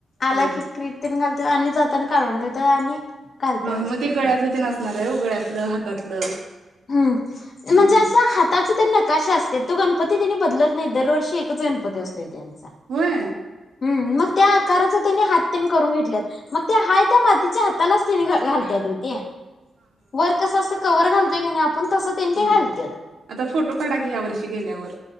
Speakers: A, on the left (about 45°); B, on the right (about 85°).
A: आला
B: हा
A: की क घालतात आणि जाताना काढून ठेवतात आणि घालत्यात
B: हा
A: असं
B: मग ते
A: करत्यात
B: गळ्यातलं ते असणार आहे हो गळ्यातलं हातातलं
A: हम्
B: हम्म,
A: म्हणजे
B: हम्म.
A: अस हातात काशा असत तो गणपती त्यांनी बदलत नाही दरर्षी एकच गणपती असतो चा
B: होय
A: हम्म मग त्या आकाराचत तेन हात तेन करून घेतल्यात मग त्या हाय त्या मातीच्या हातालाच तिने घालत्यात ते वर कस अस कवर घाल ते आपण तसं तेन ते
B: हम
A: घालत्यात
B: आता फोटो काढा की ह्या वर्षी गेल्यावर